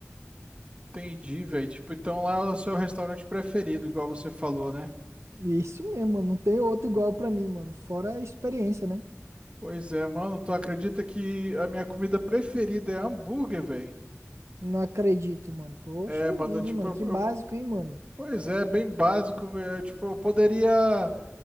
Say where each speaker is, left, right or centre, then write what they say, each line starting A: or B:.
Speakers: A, on the right; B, on the right.
A: Entendi, velho. Tipo, então lá é o seu restaurante preferido, igual você falou, né?
B: E é isso mesmo, mano, não tem outro igual pra mim, mano, fora a experiência, né?
A: Pois é, mano, tu acredita que a minha comida preferida é hambúrguer, velho?
B: Não acredito, mano. Poxa
A: É, mano,
B: vida,
A: tipo,
B: hein, mano,
A: eu,
B: que básico,
A: eu-
B: hein, mano.
A: pois é, bem básico. Eu, tipo, eu poderia